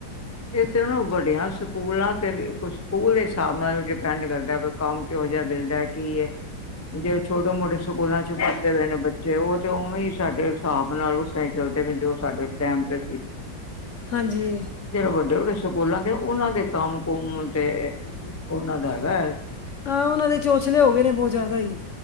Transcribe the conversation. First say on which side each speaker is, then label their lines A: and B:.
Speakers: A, on the left; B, on the left.
A: ਇਹ ਤੇ ਉਹਨੂੰ ਵੱਡੀਆਂ ਸਕੂਲਾਂ ਤੇ ਵੀ ਸਕੂਲ ਦੇ ਹਿਸਾਬ ਨਾਲ ਡਿਪੈਂਡ ਕਰਦਾ ਵੀ ਕੰਮ ਕਿਹੋ ਜਿਹਾ ਮਿਲਦਾ ਕੀ ਹੈ ਜਿਹੜੇ ਛੋਟੇ ਮੋਟੇ ਸਕੂਲਾਂ ਚ ਪੜ੍ਹਦੇ ਹੋਏ ਨੇ ਬੱਚੇ ਉਹ ਤੇ ਉਵੇਂ ਹੀ ਸਾਡੇ ਹਿਸਾਬ ਨਾਲ ਉਸਾਈ ਚਲਦੇ ਵੀ ਜੋ ਸਾਡੇ ਟਾਈਮ ਤੇ ਸੀ
B: ਹਾਂਜੀ
A: ਵੱਡੇ ਵੱਡੇ ਸਕੂਲਾਂ ਦੇ ਉਹਨਾਂ ਦੇ ਕੰਮ ਕੁਮ ਤੇ ਉਹਨਾਂ ਦਾ ਹੈਗਾ ਹੈ
B: ਹਾਂ ਉਹਨਾਂ ਦੇ ਚੋਚਲੇ ਹੋ ਗਏ ਨੇ ਬਹੁਤ ਜ਼ਿਆਦਾ ਹੀ